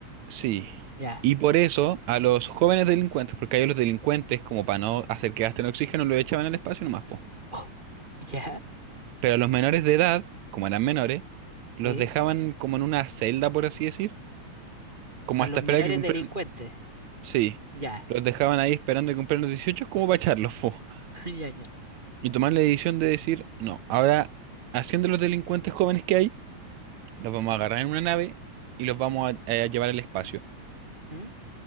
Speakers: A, on the right; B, on the right.
A: Sí.
B: Ya.
A: Y por eso a los jóvenes delincuentes, porque hay los delincuentes, como para no hacer que gasten oxígeno, lo echaban al espacio nomás, po.
B: Oh, ya.
A: Pero a los menores de edad, como eran menores, los
B: ¿Sí?
A: dejaban como en una celda, por así decir, como
B: A
A: hasta
B: los menores
A: esperar que cumplan
B: delincuentes.
A: Sí,
B: Ya.
A: los dejaban ahí esperando que cumplieran los 18 como para echarlos, po.
B: <laughs> Ya, ya.
A: y tomar la decisión de decir, no, ahora, haciendo los delincuentes jóvenes que hay, los vamos a agarrar en una nave y los vamos a, a llevar al espacio. <laughs>
B: ¿Mm?